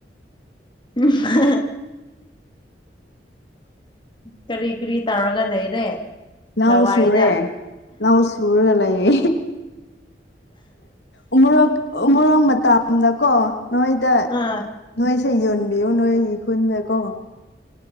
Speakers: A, on the left (about 30°); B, on the left (about 70°).
A: <unintelligible> ꯀꯔꯤ ꯀꯔꯤ ꯇꯧꯔꯒ ꯂꯩꯔꯦ
B: ꯂꯧ
A: ꯂꯋꯥꯢꯗ
B: ꯁꯨꯔꯦ ꯂꯧ ꯁꯔꯒ ꯂꯩꯌꯦ ꯎꯃꯣꯔꯣꯛ ꯎꯃꯣꯔꯣꯛ ꯃꯇ ꯁꯝꯗꯀꯣ ꯅꯣꯢꯗ
A: ꯑꯥ
B: ꯅꯣꯢꯁꯦ ꯌꯣꯟꯕꯤꯌꯨ ꯅꯣꯢꯒꯤ ꯈꯨꯟꯗ ꯀꯣ